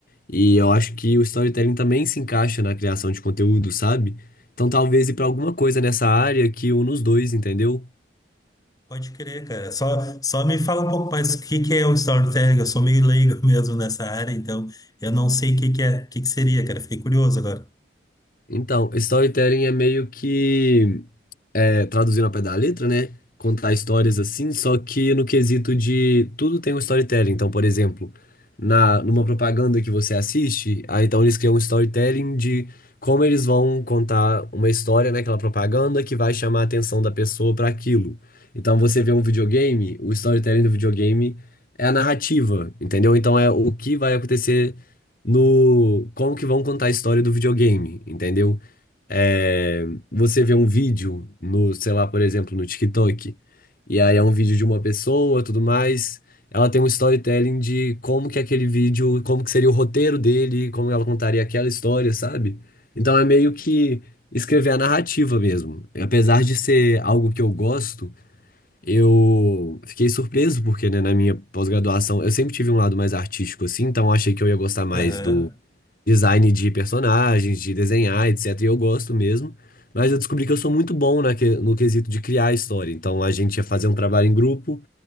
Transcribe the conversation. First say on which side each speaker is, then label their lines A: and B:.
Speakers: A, on the left; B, on the left.
A: E eu acho que o storytelling também se encaixa na criação de conteúdo, sabe? Então talvez ir pra alguma coisa nessa área que une os dois, entendeu?
B: Pode crer, cara. Só só me fala um pouco mais o que que é o storytelling. Eu sou meio leigo <laughs> mesmo nessa área, então eu não sei o que que é, o que que seria, cara. Fiquei curioso agora.
A: Então, storytelling é meio que é, traduzindo ao pé da letra, né? Contar histórias assim, só que no quesito de tudo tem um storytelling. Então, por exemplo, na, numa propaganda que você assiste, aí então eles criam um storytelling de como eles vão contar uma história naquela propaganda que vai chamar a atenção da pessoa para aquilo. Então, você vê um videogame, o storytelling do videogame é a narrativa, entendeu? Então, é o que vai acontecer no. Como que vão contar a história do videogame, entendeu? é, você vê um vídeo no, sei lá, por exemplo, no TikTok, e aí é um vídeo de uma pessoa, tudo mais, ela tem um storytelling de como que aquele vídeo, como que seria o roteiro dele, como ela contaria aquela história, sabe? Então é meio que escrever a narrativa mesmo. Apesar de ser algo que eu gosto, eu fiquei surpreso porque, né, na minha pós-graduação, eu sempre tive um lado mais artístico, assim, então eu achei que eu ia gostar mais
B: Aham.
A: do design de personagens, de desenhar, etc. E eu gosto mesmo. Mas eu descobri que eu sou muito bom naque- no quesito de criar a história. Então a gente ia fazer um trabalho em grupo